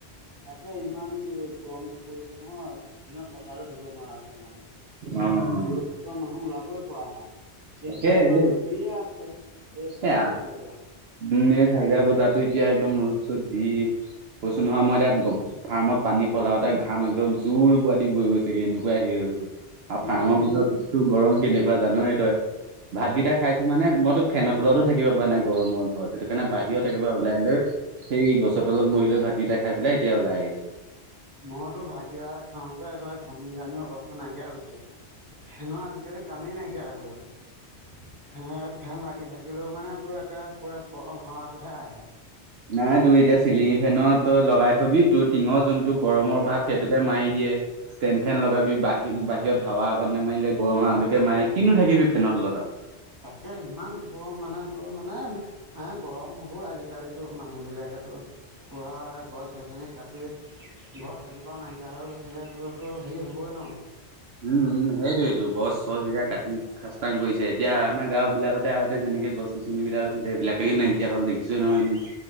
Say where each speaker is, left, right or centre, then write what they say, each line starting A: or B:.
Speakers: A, on the right; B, on the right.
A: তাকে ইমান গৰমটো পৰিছে নহয়। দিনৰ পথাৰতো থাকিব নোৱাৰা হৈ গৈছে মানুহ
B: অ',
A: ৰ'দটো পৰা মানুহ ওলাবই পৰা নাই,
B: তাকে
A: এতিয়াও
B: এই
A: ইমান ৰ'দ দিয়ে আছে। এই চাৰিটা
B: এ
A: বাজি লেগে আৰু
B: উম, এ চাৰিতা বজাতো এতিয়া একদম ৰ'দ চ'দ দি কৈছো নহয় মই এতিয়া গম ফাৰ্মত পানী সলাওঁতে ঘাম একদম জোল বোৱা দি বৈ গৈছেগে এনেকুৱাই হেৰি হৈ গৈছে। আৰু
A: উম
B: ফাৰ্মৰ ভিতৰতটো গৰম কেনেকুৱা জানয়ে তই, ভাতকেইটা
A: উম
B: খাইছো মানে মইতো ফেনৰ তলতো থাকিব পৰা নাই গৰম হ'ল হয় সেইটো কাৰণে বাহিৰত একেবাৰে ওলাই লৈ সেই গছৰ তলত বহি লৈ ভাতকেইটা খাই পেলাই এতিয়া ওলাই আহিছো
A: মইতো ভাত কেইটা খাওঁতে একেবাৰে ঘামি জামি অৱস্থা নাইকিয়া হৈছো। ফেনৰ আজিকালি কামেই নাইকিয়া হৈ গল। ফে ফেন লাগি থাকিলেও মানে তোৰ একে পুৰা গৰম হাৱাটোহে আহে।
B: নাই তই এতিয়া চিলিঙি ফেনত লগাই থবি তোৰ টিঙৰ যোনটো গৰমৰ ভাৱ সেইটোকে মাৰি দিয়ে। ষ্টেণ্ড ফেন লগাবি বাহিৰত বাহিৰত হাৱা আকনমান নাৰিলে, গৰম হাৱাতোকে মাৰে কিনো থাকিবি ফেনৰ তলত আৰু।
A: তাকে ইমান গৰম মানে তোৰ মানে মান গৰম হ'ব আজিকালিতো মানুহ বিলাকেতো পুৰা গছ গছনি কাটি গছ এজিপাও নাইকিয়া হৈ গৈছে তোৰতো হেৰি হ'বই ন'।
B: উম, উম, সেইটোৱোটো গছ চচ এতিয়া কাটি খাস্তাং কৰিছে, এতিয়া আমাৰ গাঁও বিলাকতে আগতে যেনেকে গছ গছনিবিলাক আছিল, সেইবিলাকে নাইকিয়া হ'ল দেখিছৈ নহয় এনেও।